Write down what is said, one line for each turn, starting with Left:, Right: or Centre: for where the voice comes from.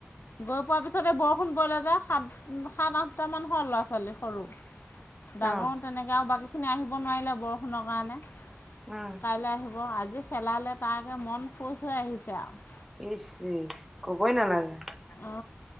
Left: গৈ পোৱাৰ পিছতে বৰষুণ পৰিলে যে সাত -সাত, আঠ টা মান হল ল'ৰা - ছোৱালী সৰু, ডাঙৰ
Centre: অ
Left: তেনেক গাঁও বাকীখিনি আহিব নোৱাৰিলে বৰষুণৰ কাৰণে
Centre: উম
Left: কাইলৈ আহিব আজি খেলালে তাক মন খোচ হৈ আহিছে আৰু।
Centre: ইচ ই কবই নালাগে।
Left: অ,